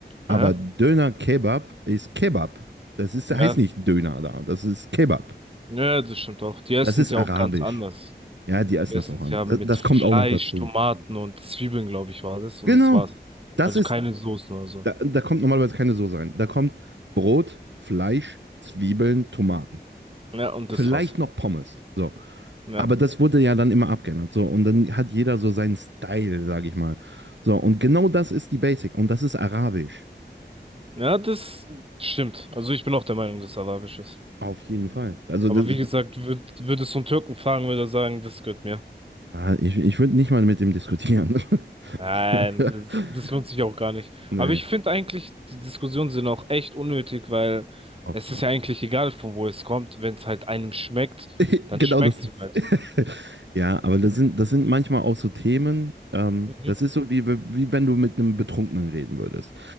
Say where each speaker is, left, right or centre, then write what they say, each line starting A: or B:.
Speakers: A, on the right; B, on the right.
A: Aber
B: Aha,
A: Döner Kebab ist Kebab. Das ist,
B: ja.
A: heißt nicht Döner da, das ist Kebab.
B: Ja, das stimmt auch. Die essen
A: Das ist
B: es ja
A: arabisch.
B: auch ganz anders.
A: Ja, die essen
B: Die essen
A: das auch
B: es
A: an.
B: ja
A: Das,
B: mit
A: das
B: Fleisch,
A: kommt auch noch dazu.
B: Tomaten und Zwiebeln, glaube ich, war das. Und
A: Genau.
B: das war's.
A: Das
B: Also
A: ist,
B: keine Soßen oder so.
A: da, da kommt normalerweise keine Soße rein. Da kommt Brot, Fleisch, Zwiebeln, Tomaten.
B: Ja, und das
A: vielleicht
B: war's.
A: noch Pommes. So.
B: Ja.
A: Aber das wurde ja dann immer abgeändert. So. Und dann hat jeder so seinen Style, sage ich mal. So. Und genau das ist die Basic. Und das ist Arabisch.
B: Ja, das stimmt. Also ich bin auch der Meinung, dass es arabisch ist.
A: Auf jeden Fall. Also,
B: Aber
A: das,
B: wie gesagt, würd, würdest du einen Türken fragen, würde er sagen, das gehört mir.
A: <laughs> ich, ich würde nicht mal mit ihm diskutieren.
B: Nein,
A: <laughs>
B: das, das lohnt sich auch gar nicht.
A: nee,
B: Aber ich finde eigentlich, die Diskussionen sind auch echt unnötig, weil
A: oft
B: es
A: mal.
B: ist ja eigentlich egal, von wo es kommt. Wenn es halt einem schmeckt,
A: <laughs>
B: dann
A: genau
B: schmeckt
A: das
B: es
A: ist.
B: ihm halt.
A: <laughs> ja, aber das sind, das sind manchmal auch so Themen. Ähm,
B: Mhm.
A: das ist so, wie, wie wenn du mit einem Betrunkenen reden würdest.